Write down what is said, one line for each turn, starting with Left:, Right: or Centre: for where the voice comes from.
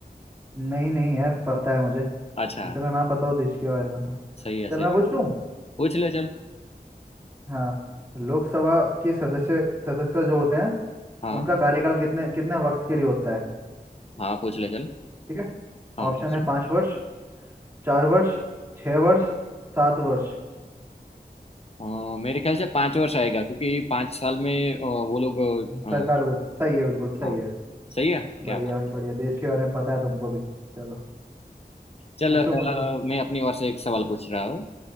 Right: नहीं नहीं यार पता है मुझे
Left: अच्छा
Right: इतना ना पता हो देश के बारे में तो
Left: सही है
Right: चल
Left: सही
Right: मैं पूछूं
Left: है पूछ ले चल
Right: हाँ लोकसभा के सदस्य सदस्य जो होते हैं
Left: हाँ
Right: उनका कार्यकाल कितने कितने वक्त के लिए होता है
Left: हाँ पूछ ले चल
Right: ठीक है
Left: हाँ
Right: ऑप्शन
Left: ऑप्शन
Right: है पाँच वर्ष चार वर्ष छः वर्ष सात वर्ष
Left: अ, मेरे ख्याल से पाँच वर्ष आएगा क्योंकि पाँच साल में अ, वो लोग अ,
Right: सरकार बद- सही है बिल्कुल सही
Left: हाँ
Right: है
Left: सही है क्या
Right: बढ़िया
Left: बात
Right: भाई
Left: है
Right: बढ़िया देश के बारे में पता है तुमको भी चलो
Left: चल
Right: पूछो
Left: अ,
Right: पूछो
Left: मैं अपनी ओर से एक सवाल पूछ रहा हूँ